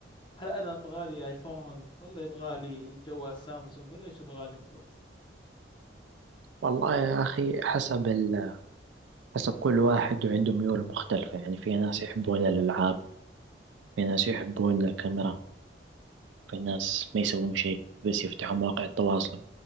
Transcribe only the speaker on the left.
هل انا ابغى لي ايفون ولا يبغى لي جوال سامسونج ولا ايش يبغى لي بالضبط